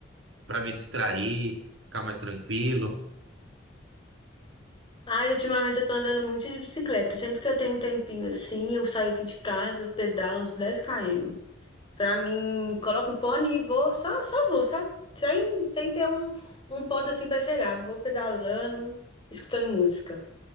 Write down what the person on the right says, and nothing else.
para me distrair, ficar mais tranquilo.